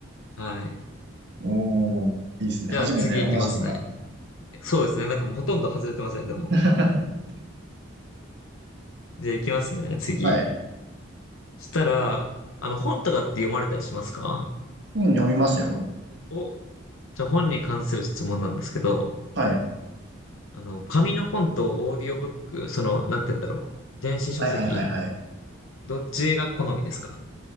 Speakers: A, on the left; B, on the right.
A: はい。
B: おー、いいですね。
A: じゃあ次行きますね。
B: 初めて同じのが。
A: そうですね。なんかもうほとんど外れてますね、でも。
B: <laughs>
A: じゃあ行きますね、次。
B: はい。
A: したら、あの、本とかって読まれたりしますか
B: うん、読みますよ。
A: お、じゃあ本に関する質問なんですけど、
B: はい。
A: あの、紙の本とオーディオブック、その、なんて言うんだろう。電子書籍、
B: はいはいはいはい。
A: どっちが好みですか